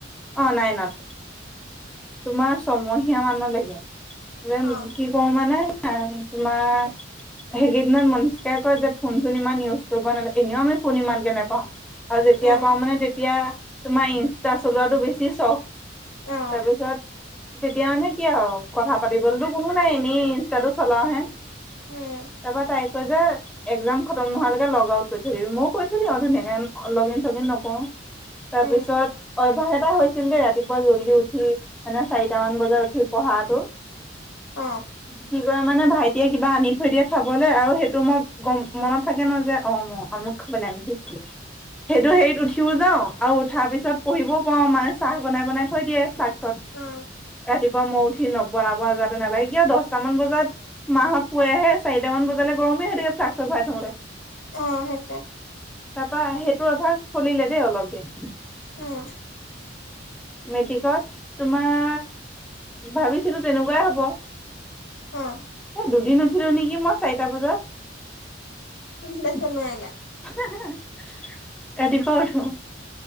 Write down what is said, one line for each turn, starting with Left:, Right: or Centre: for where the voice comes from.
Centre: অ নাইনত তোমাৰ ছমহীয়া মান লৈকে, যেন
Left: অ',
Centre: কি প মানে এ তোমাৰ সেইকেইদিনত মনস্কাই কয় যে- ফোন চোন ইমান ইউজ কৰিব নালাগে। এনেও আমি ফোন ইমানকে নেপাওঁ। আৰু যেতিয়া
Left: উম,
Centre: পাও মানে তেতিয়া তোমাৰ ইনষ্টা চলোৱাটো বেছি চখ,
Left: অ',
Centre: ইনষ্টাটো তেতিয়া মানে কি আৰু কথা পাতিবলৈতো কোনো নাই, এনেই ইনষ্টাটো চলাওহে।
Left: উম,
Centre: তাৰপৰা তাই কয় যে একজাম খতম নোহোৱালৈকে লগ আউট কৰি থবি, মইও কৰি থৈ দিওঁ আৰু ধুনীয়াকে, লগ ইন, চগ ইন নকৰো। তাৰপিছত
Left: উম,
Centre: অভ্যাস এটা হৈছিল দেই ইয়াত। ৰাতিপুৱা, জল্দি উঠি মানে চাৰিটামান বজাত উঠি পঢ়াটো।
Left: অ!
Centre: কি কৰে মানে ভাইটিয়ে কিবা আনি থৈ দিয়ে খাবলে, আৰু সেইটো মই গম মনত থাকে ন যে ম আমুক খাবলে আনি থৈছিলে। সেইটো হেৰিত উঠিও যাওঁ, আৰু উঠাৰ পিছত পঢ়িবও পাও, মায়ে চাহ বনাই বনাই থৈ দিয়ে ফ্লাচত।
Left: অ',
Centre: ৰাতিপুৱা মই উঠি নবনাব যাতে নালাগে। কিয় দহটামান বজাত মাহঁত শুৱেহে, চাৰিটামান বজালে গৰমে হৈ থাকে ফ্লাছত ভৰাই থওঁতে।
Left: অ সেইটোৱে
Centre: তাৰপা সেইটো অভ্যাস চলিলে দেই অলপ দিন।
Left: অ। <inaudible>
Centre: মেট্ৰিকত তোমাৰ ভাবিছিলো তেনেকুৱাই হ'ব।
Left: অ।
Centre: এ দুদিন উঠিলো নেকি মই চাৰিটা বজাত।
Left: <unintelligible> তাৰপিছত নোৱাৰিলা?
Centre: <unintelligible> ৰাতিপুৱা উঠো।